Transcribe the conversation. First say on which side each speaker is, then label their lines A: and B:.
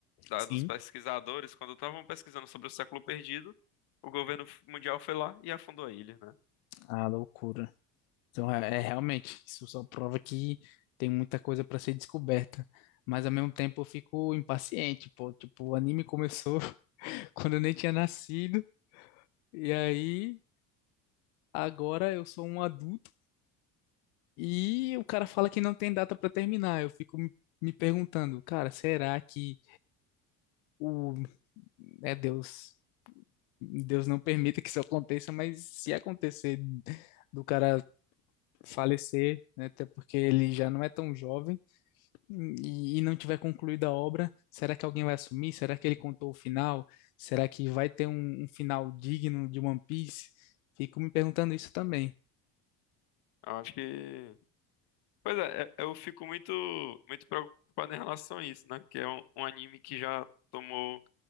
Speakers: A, on the left; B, on the left.
A: da-
B: sim.
A: dos pesquisadores, quando estavam pesquisando sobre o século perdido, o governo mundial foi lá e afundou a ilha, né?
B: Ah, loucura. Então, é, é realmente, isso só prova que tem muita coisa para ser descoberta. Mas ao mesmo tempo eu fico impaciente, pô. Tipo, o anime começou <laughs> quando eu nem tinha nascido, e aí agora eu sou um adulto e o cara fala que não tem data para terminar. Eu fico me, me perguntando, cara, será que o é Deus, Deus não permita que isso aconteça, mas se acontecer do cara falecer, né, até porque ele já não é tão jovem e, e não tiver concluída a obra, será que alguém vai assumir? Será que ele contou o final? Será que vai ter um, um final digno de One Piece? Fico me perguntando isso também.
A: Eu acho que, pois é, é- eu fico muito muito preocupado em relação a isso, né? Que é um, um anime que já tomou